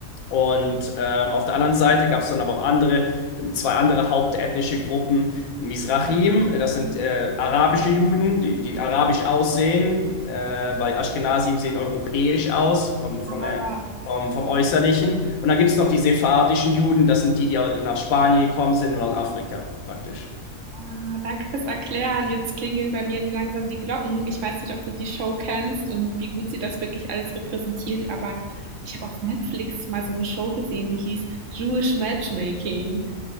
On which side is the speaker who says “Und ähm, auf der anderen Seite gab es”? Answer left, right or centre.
Left